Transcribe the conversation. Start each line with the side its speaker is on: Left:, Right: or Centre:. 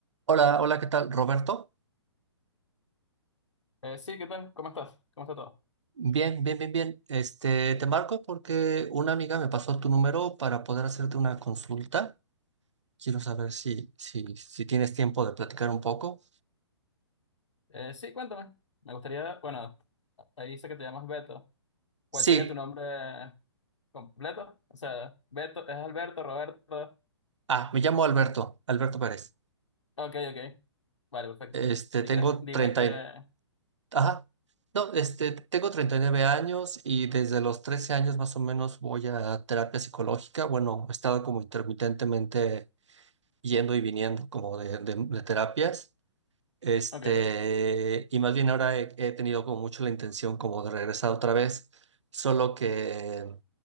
Right: Hola, hola, ¿qué tal, Roberto?
Left: Eh, sí, ¿qué tal? ¿Cómo estás? ¿Cómo está todo?
Right: Bien, bien, bien, bien. Este, te marco porque una amiga me pasó tu número para poder hacerte una consulta. Quiero saber si, si, si tienes tiempo de platicar un poco.
Left: Eh, sí, cuéntame. Me gustaría, bueno, ahí dice que te llamas Beto. ¿Cuál
Right: Sí.
Left: sería tu nombre completo? O sea, Beto, ¿es Alberto, Roberto?
Right: Ah, me llamo Alberto, Alberto Pérez.
Left: Ok, ok. Vale, perfecto.
Right: Este,
Left: Si
Right: tengo
Left: quieres, dime
Right: 30
Left: que...
Right: y- ajá. No, este, tengo 39 años y desde los 13 años más o menos voy a terapia psicológica. Bueno, he estado como intermitentemente yendo y viniendo como de de- de terapias. Este,
Left: Ok,
Right: y más bien ahora he, he tenido como mucho la intención como de regresar otra vez, solo que